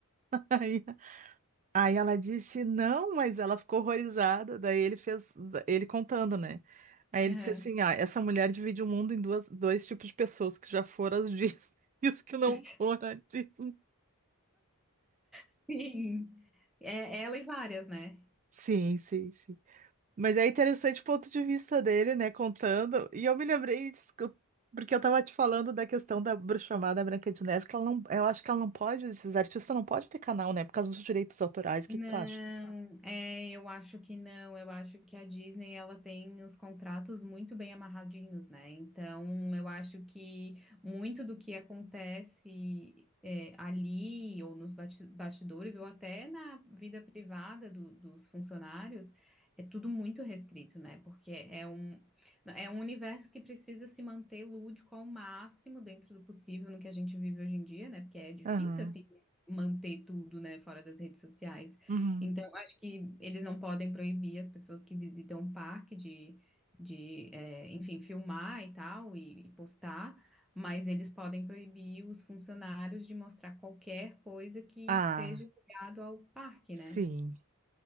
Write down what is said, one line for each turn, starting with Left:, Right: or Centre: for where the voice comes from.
Right: <laughs> Aí, aí ela disse não, mas ela ficou horrorizada. Daí ele fez, ele contando, né? Aí ele
Centre: Aham.
Right: disse assim, ah, essa mulher divide o mundo em duas, dois tipos de pessoas que já foram às Disney <laughs> e os que não
Centre: <laughs>
Right: foram à Disney.
Centre: Sim. É, é ela e várias, né?
Right: Sim, sim, sim. Mas é interessante o ponto de vista dele, né, contando. E eu me lembrei disso, que eu- porque eu estava te falando da questão da bruxa chamada Branca de Neve, que ela não, eu acho que ela não pode, esses artistas não podem ter canal, né, por causa dos direitos autorais. O
Centre: Não,
Right: que que tu acha?
Centre: é, eu acho que não. Eu acho que a Disney ela tem os contratos muito bem amarradinhos, né? Então, eu acho que muito do que acontece é, ali ou nos bati- bastidores ou até na vida privada do- dos funcionários é tudo muito restrito, né? Porque é um é um universo que precisa se manter lúdico ao máximo dentro do possível no que a gente vive hoje em dia, né? Porque é difícil
Right: Aham.
Centre: assim manter tudo, né, fora das redes sociais.
Right: Uhum.
Centre: Então, acho que eles não podem proibir as pessoas que visitam o parque de, de é, enfim, filmar e tal, e, e postar, mas eles podem proibir os funcionários de mostrar qualquer coisa que
Right: Ah,
Centre: esteja ligado ao parque,
Right: sim.
Centre: né?